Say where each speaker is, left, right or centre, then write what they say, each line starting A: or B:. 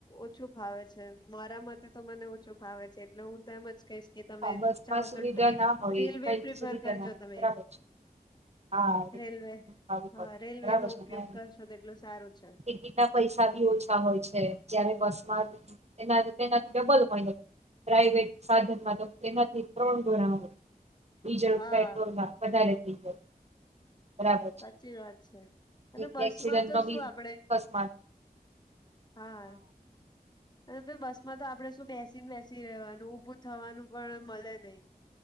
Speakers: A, on the left; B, on the right.
A: ઓછું ફાવે છે. મારા મતે તો મને ઓછું ફાવે છે એટલે હું તો એમજ કહીશ કે તમે
B: હા બસ
A: જાઓ
B: માં સુવિધા
A: તો ટ્રેન,
B: ના હોય
A: રેલવે
B: કઈ
A: પ્રિફર
B: સુવિધા
A: કરજો
B: ના હોય
A: તમે.
B: બરાબર છે હા
A: રેલવે
B: ખાવું
A: હા
B: પડે
A: રેલવેનો
B: બરાબર છે
A: ઉપયોગ
B: અને
A: કરશો તેટલું સારું છે.
B: ટિકિટ ના પૈસા બી ઓછા હોય છે. જયારે બસમાં એના તેનાથી ડબલ હોય ને પ્રાઈવેટ સાધનમાં તો એનાથી ત્રણ ગુણા હોય. ડીઝલ
A: હા
B: પેટ્રોલના વધારે થઈ જાય. બરાબર
A: સાચી વાત છે
B: છે.
A: અને
B: એક
A: બસ
B: એક્સિડેન્ટ
A: માં તો
B: નો બી
A: શું આપડે
B: અકસ્માત
A: હા. અને પહી બસમાં તો આપણે શું બેસીને બેસી રહેવાનું. ઊભું થવાનું પણ મળે નહીં.